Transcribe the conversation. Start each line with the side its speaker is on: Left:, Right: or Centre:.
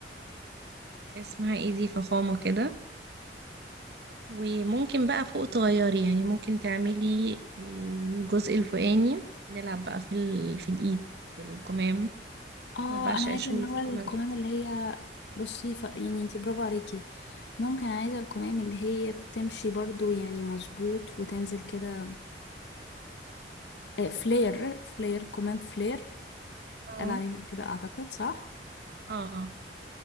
Right: اسمها ايه دي فخامه كده وممكن بقى فوق تغيري يعني ممكن تعملي الجزء الفوقاني نلعب بقى في ال... في الايد في الكمام
Left: اه
Right: انا بعشق
Left: انا عايزة
Right: الشغل
Left: اللي هو
Right: في الكمام
Left: الكمام
Right: جدا
Left: اللي هي بصي ف... يعني انتي برافو عليكي ممكن عايزة الكمام اللي هي بتمشي برضو يعني مظبوط وتنزل كده آه، فلير فلير كمام فلير
Right: اه
Left: قال عليها كده اعتقد صح
Right: اه اه